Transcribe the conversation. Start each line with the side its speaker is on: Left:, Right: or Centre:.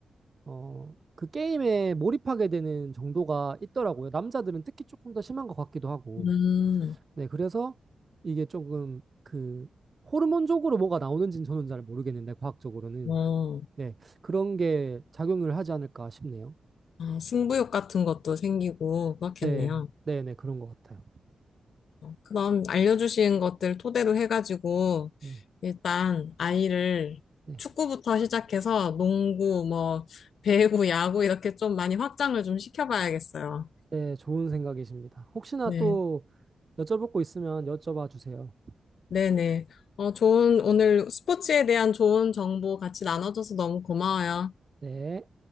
Right: 어, 그 게임에 몰입하게 되는 정도가 있더라고요. 남자들은 특히 조금 더 심한 것 같기도 하고.
Left: 음,
Right: 네, 그래서 이게 조금 그 호르몬적으로 뭐가 나오는지는 저는 잘 모르겠는데 과학적으로는
Left: 어,
Right: 네, 그런 게 작용을 하지 않을까 싶네요.
Left: 아, 승부욕 같은 것도 생기고 그렇겠네요.
Right: 네, 네, 네, 그런 것 같아요.
Left: 어, 그럼 알려주신 것들 토대로 해가지고
Right: 네,
Left: 일단 아이를
Right: 네,
Left: 축구부터 시작해서 농구, 뭐, 배구, 야구 이렇게 좀 많이 확장을 좀 시켜봐야겠어요.
Right: 네, 좋은 생각이십니다. 혹시나
Left: 네.
Right: 또 여쭤볼 거 있으면 여쭤봐 주세요.
Left: 네네. 어, 좋은, 오늘 스포츠에 대한 좋은 정보 같이 나눠줘서 너무 고마워요.
Right: 네.